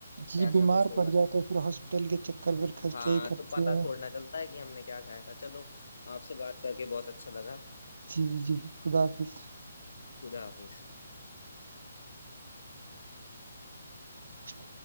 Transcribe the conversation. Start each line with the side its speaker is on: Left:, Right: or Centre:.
Right: جی
Left: ایسا
Right: بیمار
Left: کچھ ہوگا
Right: پڑ جاتا ہے پھر ہاسپٹل کے چکر پیر خرچے
Left: ہاں
Right: ہی کررتے
Left: تو پتا
Right: ہیں
Left: تھوڑنا چلتا کہ ہم نے کیا کھایا تھا چلو آپ سے بات کر کے بہت اچھا لگا
Right: جی جی خدا حافظ
Left: ج خدا حافظ
Right: چ